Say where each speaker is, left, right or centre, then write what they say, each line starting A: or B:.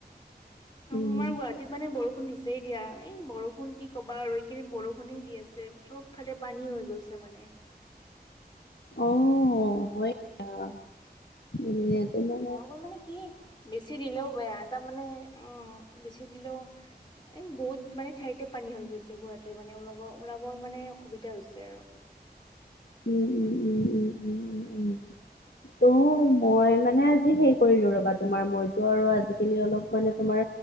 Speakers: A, on the left; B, on the left.
A: উম,
B: অহ আমাৰ গুৱাহাটী গুৱাহাটীত মানে বৰষুণ দিছেই দিয়া এই বৰষুণ কি ক'বা আৰু এই কেইদিন বৰষুণেই দি আছে চব ফালে পানী হৈ গৈছে মানে
A: অহ' হয় দিয়া বুলিলে‌ তোমাক
B: বৰষুণ মানে কি বেছি দিলেও বেয়া তাৰ মানে অহ' বেছি দিলেও এ বহুত মানে ঠাইতে পানী হৈ গৈছে গুৱাহাটীৰ মানে ওলাব ওলাব মানে অসুবিধা হৈছে আৰু
A: উম উম উম উম উম উম উম তো মই মানে আজি সেই কৰিলোঁ ৰবা তোমাৰ মইতো আৰু আজিকালি অলপ মানে তোমাৰ